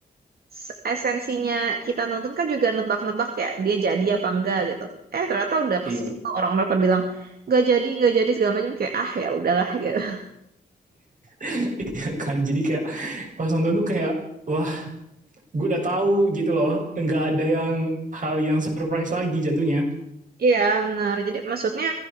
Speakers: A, on the right; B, on the right.
A: s- esensinya kita nonton kan juga nebak-nebak ya, dia jadi apa enggak gitu. Eh ternyata udah kesel
B: iya
A: orang-orang pada bilang nggak jadi, nggak jadi segala macam kayak ah ya udahlah gitu.
B: <laughs> kan jadi kayak pas nonton tuh kayak wah gue udah tahu gitu loh nggak ada yang hal yang surprise lagi jatuhnya
A: Iya, benar. Jadi maksudnya